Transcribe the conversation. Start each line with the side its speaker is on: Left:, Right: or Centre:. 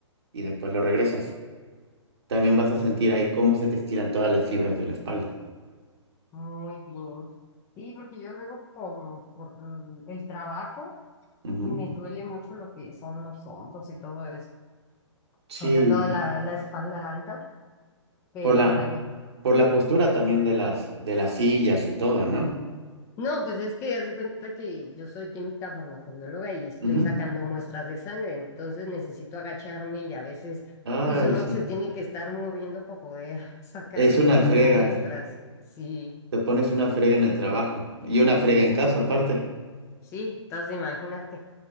Right: Y después lo regresas. También vas a sentir ahí cómo se te estiran todas las fibras de la espalda.
Left: Muy bien. Sí, porque yo luego por, por el trabajo
Right: Ujú.
Left: me duele mucho lo que son los hombros y todo eso.
Right: Sí,
Left: O sea, toda la, la espalda alta, pero
Right: por la,
Left: bueno.
Right: por la postura también de las, de las sillas y todo, ¿no?
Left: No, pues es que haz de cuenta que yo soy química farmacobióloga y estoy
Right: Ujú.
Left: sacando muestras de sangre, entonces necesito agacharme y a veces
Right: Ay,
Left: pues uno
Right: sí.
Left: se tiene que estar moviendo para poder <laughs> sacar
Right: Es
Left: bien
Right: una
Left: las
Right: frega.
Left: muestras. Sí,
Right: Te pones una frega en el trabajo y una frega en casa aparte.
Left: sí, entonces imagínate,